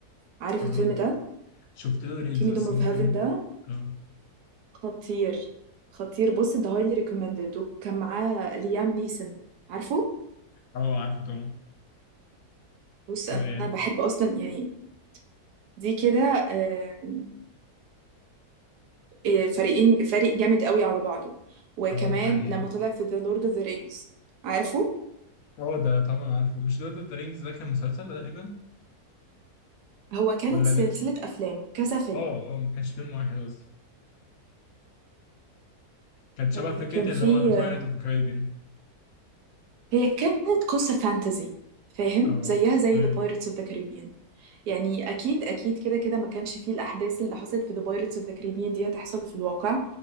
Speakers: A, on the right; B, on the left.
A: عارف
B: اه
A: الفيلم ده
B: شفت له ريلز
A: كينجدوم
B: بس
A: اوف
B: ممكن
A: هيفن ده
B: اه
A: خطير خطير بص ده هايلي ريكومندد وكان معاه ليام نيسون عارفه
B: اه عارفه طبعا
A: بص
B: فيعني
A: انا بحب اصلا يعني دي كده آه، آه، فريقين فريق جامد قوي على بعضه وكمان
B: اه حقيقي
A: لما طلع في The Lord of the Rings عارفه
B: اه ده طبعا عارفه مش لورد اوف ذا رينجز ده كان مسلسل تقريبا
A: هو كانت
B: ولا
A: سلسلة
B: ده كان
A: أفلام كذا فيلم
B: اه اه ما كانش فيلم واحد قصدي كانت شبه
A: آه،
B: فكره
A: كان في
B: اللي هو ذا بايرت
A: آه،
B: اوف the Caribbean
A: هي كانت قصة فانتزي فاهم
B: اه
A: زيها زي
B: ايوه
A: The Pirates of the Caribbean يعني أكيد أكيد كده كده ما كانش فيه الأحداث اللي حصلت في The Pirates of the Caribbean دي هتحصل في الواقع